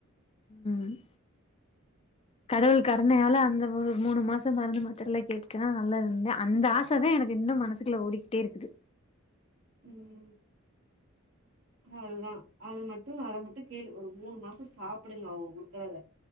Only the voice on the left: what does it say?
ம் கடவுள் கருணையால அந்த ஒரு மூணு மாசோ மருந்து மாத்துர்ல்லா கேட்டுச்சா நல்லா இருந்தேன் அந்த ஆசதா எனக்கு இன்னு மனசுக்குள்ள ஓடிக்ட்டே இருக்குது